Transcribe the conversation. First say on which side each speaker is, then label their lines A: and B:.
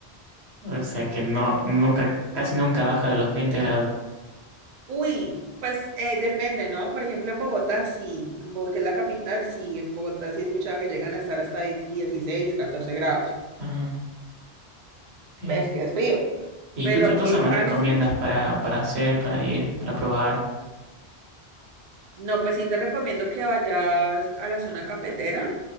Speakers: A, on the right; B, on the right.
A: O sea que no, nunca, casi nunca baja de los veinte grados.
B: Uy, pues eh, depende, ¿no? Por ejemplo, en Bogotá sí, en Bo- que es la capital, sí, en Bogotá sí he escuchado que llegan a estar hasta di- 16, 14 grados.
A: Ah, bien.
B: Pues que es frío.
A: ¿Y
B: Pero
A: qué otra
B: aquí
A: cosa
B: en
A: me
B: Cali,
A: recomiendas para, para hacer, para ir, para probar?
B: no, pues sí te recomiendo que vayas a la zona cafetera